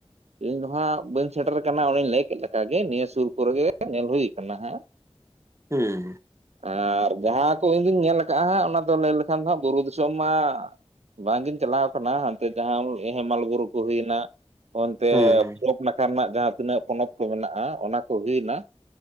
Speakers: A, on the right; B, on the right.
A: ᱤᱧ ᱫᱚ ᱦᱟᱸᱜ ᱵᱟᱹᱧ ᱥᱮᱴᱮᱨ ᱟᱠᱟᱱᱟ, ᱚᱱᱮᱧ ᱞᱟᱹᱭ ᱠᱮᱫ ᱞᱮᱠᱟ ᱜᱮ ᱱᱤᱭᱟᱹ ᱥᱩᱨ ᱠᱚᱨᱮᱜ ᱜᱮ ᱧᱮᱞ ᱦᱩᱭ ᱟᱠᱟᱱᱟ ᱦᱟᱸᱜ ᱾ <inaudible>
B: ᱦᱩᱸ ᱾
A: ᱟᱨ ᱡᱟᱦᱟᱸ ᱠᱚ ᱤᱧ ᱫᱩᱧ ᱧᱮᱞ ᱟᱠᱟᱟᱜᱼᱟ ᱦᱟᱸᱜ ᱚᱱᱟ ᱫᱚ ᱞᱟᱹᱭ ᱞᱮᱠᱷᱟᱱ ᱫᱚ ᱦᱟᱸᱜ ᱵᱩᱨᱩ ᱫᱤᱥᱚᱢ ᱢᱟᱜ ᱵᱟᱝᱜᱤᱧ ᱪᱟᱞᱟᱣ ᱟᱠᱟᱱᱟ, ᱦᱟᱱᱛᱮ ᱡᱟᱦᱟᱸ ᱦᱮᱢᱟᱞ ᱵᱩᱨᱩ ᱠᱚ ᱦᱩᱭᱱᱟ ᱾ ᱚᱱᱛᱮ
B: ᱦᱩᱸ ᱦᱩᱸ
A: ᱯᱚᱨᱚᱵᱽ ᱱᱟᱠᱷᱟ ᱨᱮᱱᱟᱜ ᱡᱟᱦᱟᱸ ᱛᱤᱱᱟᱹᱜ ᱯᱚᱱᱚᱛ ᱠᱚ ᱢᱮᱱᱟᱜᱼᱟ ᱚᱱᱟ ᱠᱚᱜᱮ ᱱᱟᱜ ᱾